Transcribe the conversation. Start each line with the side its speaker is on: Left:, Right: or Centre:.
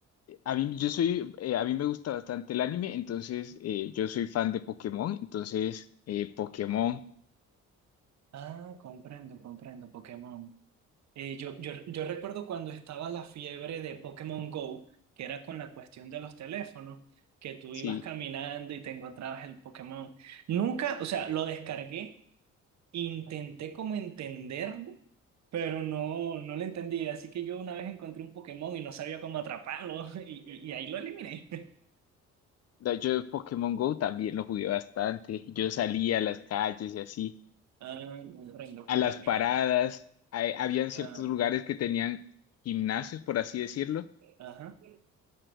Left: A mí, yo soy, eh, a mí me gusta bastante el anime, entonces eh, yo soy fan de Pokémon, entonces eh, Pokémon,
Right: Ah, comprendo, comprendo, Pokémon. Eh, yo, yo, yo recuerdo cuando estaba la fiebre de Pokémon Go, que era con la cuestión de los teléfonos, que tú
Left: sí,
Right: ibas caminando y te encontrabas el Pokémon. Nunca, o sea, lo descargué, intenté como entenderlo, pero no, no lo entendí. Así que yo una vez encontré un Pokémon y no sabía cómo atraparlo <laughs> y, y- y ahí lo eliminé. <laughs>
Left: No, yo Pokémon Go también lo jugué bastante, yo salía a las calles y así,
Right: Ah, comprendo, comprendo.
Left: a las paradas, hay- habían ciertos
Right: Ah,
Left: lugares que tenían gimnasios, por así decirlo,
Right: ajá.